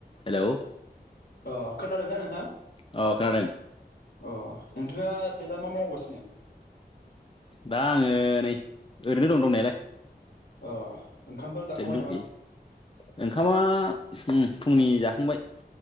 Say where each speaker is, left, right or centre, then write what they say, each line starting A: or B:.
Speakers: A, on the left (about 30°); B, on the left (about 65°).
A: हेल'?
B: अ खोनादोंनाा नोंथां?
A: अ खोनादों।
B: अ नोंथांङा दा मा मावगासिनो।
A: दा आंङो नै ओरैनो दं दंनायालाय।
B: अ ओंखामफोर जाखांबाय
A: ओरैनो दंथ'यो
B: नामा नों।
A: ओंखामा फुंनि जाखांबाय।